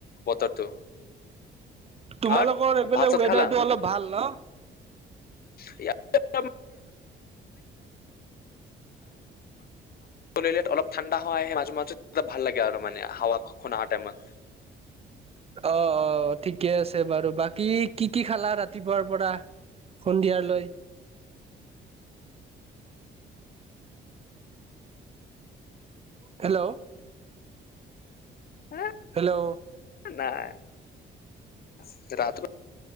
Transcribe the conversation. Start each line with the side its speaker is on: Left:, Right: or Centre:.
Left: বতৰটো।
Right: তোমালোকৰ
Left: আৰু
Right: এইফালে
Left: ভাত চাত
Right: ৱেডাৰ
Left: খালা
Right: টো অলপ ভাল ন?
Left: <inaudible> হাৱা ললে অলপ ঠাণ্ডা হয় আহে মাজে মাজে ভাল লাগে আৰু মানে হাৱা খ খন অহা টাইমত।
Right: অ, অ, ঠিকে আছে বাৰু। বাকী কি কি খালা ৰাতিপুৱাৰ পৰা? সন্ধিয়াৰলৈ? হেল্ল'
Left: <inaudible>
Right: হেল্ল'
Left: নাই <unintelligible>